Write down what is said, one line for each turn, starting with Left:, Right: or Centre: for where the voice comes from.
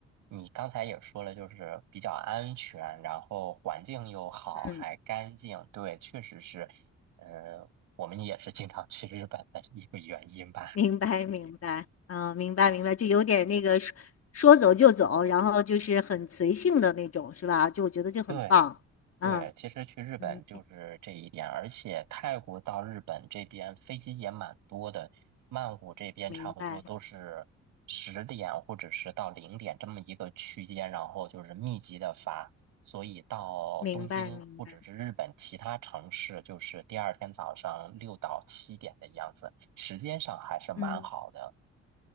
Right: 你刚才也说了，就是比较安全，然后环境又好，
Left: 嗯。
Right: 还干净。对，确实是，嗯，我们也是经常去日本的一个原因吧。
Left: 明白，明白，嗯，明白，明白，就有点那个说说走就走，然后就是很随性的那种，是吧？就我觉得就很棒，
Right: 对，对，
Left: 嗯
Right: 其实去日本就是这一点，
Left: 嗯，
Right: 而且泰国到日本这边飞机也蛮多的，曼谷这边差不多都是十点或者是到零点这么一个区间，
Left: 明白，
Right: 然后就是密集的发，所以到东京或者是日本其他城市，
Left: 明白，明白，
Right: 就是第二天早上六到七点的样子，时间上还是蛮好的。
Left: 嗯，